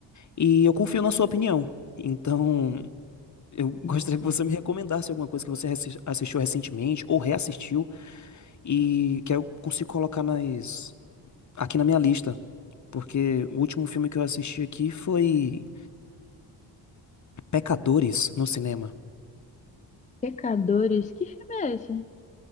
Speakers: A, on the left; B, on the left.
A: e eu confio na sua opinião. Então, <laughs> eu gostaria
B: Hum.
A: que você me recomendasse alguma coisa que você assis- assistiu recentemente ou reassistiu e que eu consigo colocar nas, aqui na minha lista. Porque o último filme que eu assisti aqui foi Pecadores no cinema.
B: Pecadores? Que filme é esse?